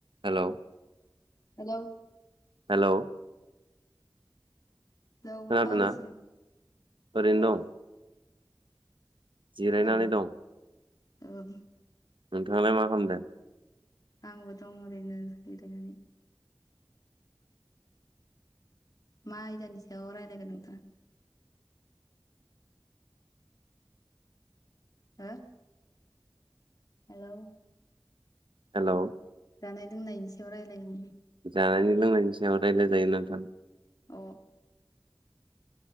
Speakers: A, on the right; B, on the left.
A: Hello
B: hello
A: hello.
B: Hello
A: खोनादोंना
B: मा खालामगासिनो
A: ओरैनो
B: अ।
A: दं जिरायनानै
B: औ
A: दं।
B: औ।
A: नोंथांलाय मा खालामदों।
B: आंबो दं ओरैनो जिरायनानै। मा आयदानि सायाव रायज्लायगोन नोंथाङा। हो। हेलौ।
A: हेलौ
B: जानाय लोंनायनि सायाव रायलायनि।
A: जानायनि लोंनायनि सायाव रायज्लाय जायो नोंथां।
B: अ